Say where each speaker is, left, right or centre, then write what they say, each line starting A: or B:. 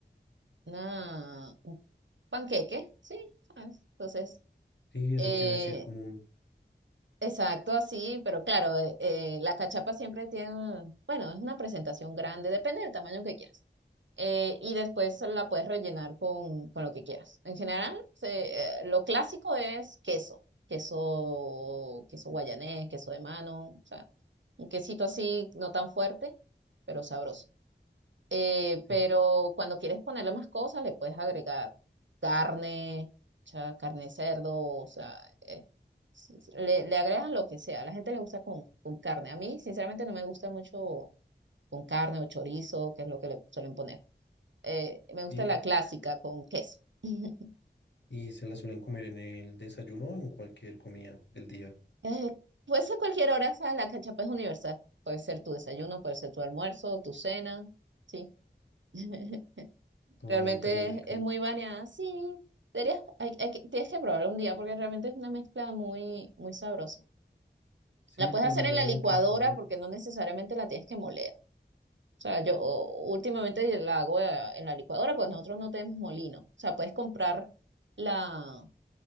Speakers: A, on the right (about 80°); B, on the left (about 70°).
A: una, panqueque, sí, ¿sabes? Entonces,
B: sí, eso
A: eh,
B: te iba a decir como... un-
A: exacto, así, pero claro, eh, eh, la cachapa siempre tiene, un- bueno, es una presentación grande, depende del tamaño que quieras. Eh, y después la puedes rellenar con, con lo que quieras. En general, se- eh, lo clásico es queso, queso, queso guayanés, queso de mano, o sea, un quesito así, no tan fuerte, pero sabroso. Eh,
B: Sí.
A: pero cuando quieres ponerle más cosas, le puedes agregar carne, o carne de cerdo, o sea, eh, s- s- le, le agregas lo que sea. A la gente le gusta con, con carne. A mí, sinceramente, no me gusta mucho con carne o chorizo, que es lo que le suelen poner. Eh, me gusta
B: Y,
A: la clásica con queso. <laughs>
B: y se la suelen comer en el desayuno o en cualquier comida del día.
A: Eh, puede ser cualquier hora, ¿sabes? La cachapa es universal. Puede ser tu desayuno, puede ser tu almuerzo, tu cena, ¿sí? <laughs>
B: Ah,
A: Realmente
B: pero rico.
A: es, es muy bañada. Sí, deberías, hay- hay que- tienes que probarla un día porque realmente es una mezcla muy, muy sabrosa.
B: Sí,
A: La puedes
B: pues
A: hacer
B: me
A: en
B: llama
A: la licuadora
B: la atención.
A: porque no necesariamente la tienes que moler. O sea, yo o, últimamente la hago eh, en la licuadora porque nosotros no tenemos molino. O sea, puedes comprar la,